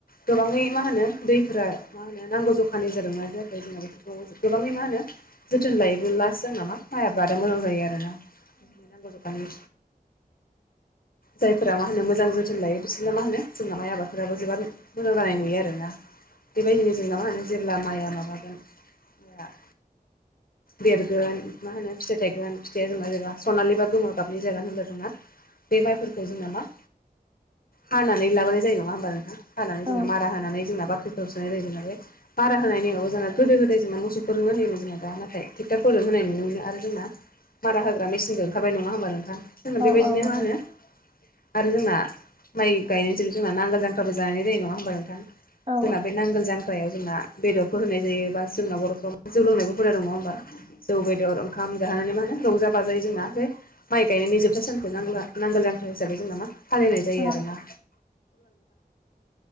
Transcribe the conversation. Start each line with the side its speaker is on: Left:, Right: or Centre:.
Left: गोबाङै मा होनो दैफोरा मा मा होनो नांगौ जखानि जादोंना जायाखै जोंना बेफोरखौ जो गोबाङै मा होनो जोथोन लायोबोलासो जोंना मा माइ आबादा मोजां जायो आरोना। <unintelligible> बर गामि।
Right: <inaudible>
Left: जायफोरा मा होनो मोजां जोथोन लायो बिसोरना मा होनो जोंना माइ आबादफोराबो जोबायाद मोजां जानाय नुयो आरोना। बेबायदिनो जोंना मा होनो जेब्ला माइआ माबागोन माया देरगोन मा होनो फिथाइ थाइगोन फिथाइया जोंना जोबा। सनालि बा गोमो गाबनि जागोन होनब्ला जोंना बे माइफोरखौ जोंना मा हानानै लाबोनाय जायो नङा होमबा नोंथां। हानानै
Right: औ
Left: जोंना मारा होनानै जोंना बाख्रिखौ होसोनाय जायो जोंना बे मारा होनायनिमाबायाव जोना गोदो गोदाय जोंना मोसौफोरजोंनो होयोमोन जोंना दा नाथाय टिक्टारफोरजों होनाय नुनो मोनो आरो जोंना मारा होग्रा मेसि <unintelligible> ओंखारबाय नङा होमबा नोंथां जोंना
Right: औ
Left: बेबायदिनो
Right: औ नंगौ
Left: मा होनो आरो जोंना माइ गायनायनि जोबजोब थारबा नांगोल जांख्राबो जानाय जायो नङा होमबा नोंथां।
Right: औ
Left: जोंना बे नांगोल जां फायाव जोंना बेदरफोर होनाय जायो बा जोंना बर'फ्रा जौ लोंनायबो हुदा दङ नङा होमबा। जौ बेदर ओंखाम जानानै मा होनो रंजा बाज बै जोंना बे माइ गायनायनि जोबथा सानखौ नांगोला नांगोन जांख्राहिसाबै जों नामा फालिनाय जायो
Right: औ
Left: आरोना।